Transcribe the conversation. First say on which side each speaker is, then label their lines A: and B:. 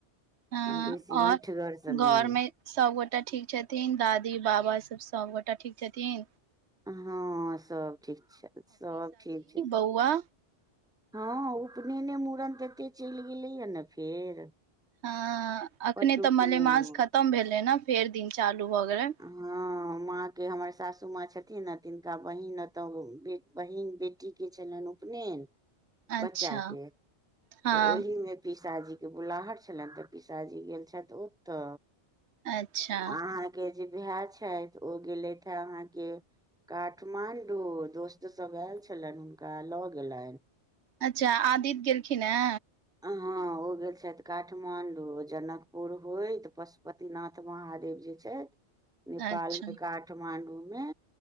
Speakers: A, on the right (about 70°); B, in the centre.
A: हँ
B: आ बेसी
A: और
B: मीठगरसँ
A: घर
B: नहि अइ
A: में सबगोटा ठीक छथिन दादी बाबा सभ सभ गोटा ठीक छथिन
B: हँ सब ठीक छै सब ठीक छथीन
A: कौआ
B: हँ उपनयने मूड़न त एते चलि गेले या ने फेर
A: ह अखने
B: बड्ड
A: तऽ
B: उपनयन
A: मलेमास
B: मे।
A: खतम भेले न फेर दिन चालू भए गेलैन
B: हँ माँ के हमर सासु माँ छथिन ने तिनका बहिन एतो बहिन बेटी के छलैन उपनयन बच्चा
A: अच्छा
B: के तऽ
A: हँ
B: ओहि मे पीसाजी के बुलाहट छलैन तऽ पीसाजी गेल छैथ ओतऽ
A: अच्छा
B: अहाँके जे भाय छथ ओ गेलथिहे अहाँके काठमांडू दोस्त सब आयल छलनि हुनका लऽ गेलनि
A: अच्छा आदित्य गेलखिन ह
B: हँ ओ गेल छथि काठमांडू जनकपुर होयत पशुप तिनाथ महादेव जे छथि नेपाल
A: अच्छा
B: मे काठमांडू में